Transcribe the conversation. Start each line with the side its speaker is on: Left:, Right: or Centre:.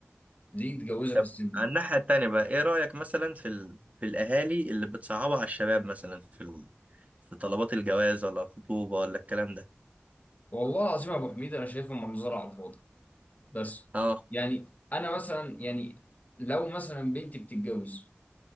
Left: ليه يتجوزها
Right: طب
Left: في السن ده
Right: على الناحية التانية بقى ايه رأيك مثلا في ال... في الاهالي اللي بتصعبها على الشباب مثلا في ال... في طلبات الجواز ولا الخطوبة ولا الكلام ده
Left: والله العظيم يا ابو حميد انا شايفها منظرة على الفاضي بس
Right: اه
Left: يعني انا مثلا يعني لو مثلا بنتي بتتجوز